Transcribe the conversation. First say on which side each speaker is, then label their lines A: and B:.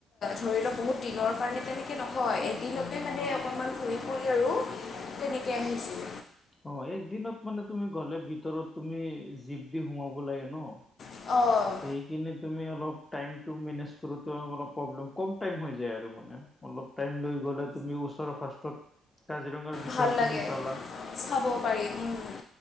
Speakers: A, on the left (about 55°); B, on the left (about 20°).
A: ধৰি লওক বহুত দিনৰ কাৰণে তেনেকে নহয় এদিনত মানে অকণমান ঘুৰি ফুৰি আৰু তেনেকে আহিছো।
B: অ একদিনত মানে তুমি গলে ভিতৰত তুমি জীপ দি সোমাব লাগে ন।
A: অ।
B: তে সেই কিনে তুমি অলপ টাইমটো মেনেজ কৰোতে অলপ প্ৰব্লেম কম টাইম হৈ যায় আৰু। আৰু মানে অলপ টাইম লৈ গলে তুমি ওচৰৰ ফাৰ্ষ্টত কাজিৰঙাৰ ভিতৰখিনি
A: ভাল লাগে
B: চালা
A: চাব পাৰি উম।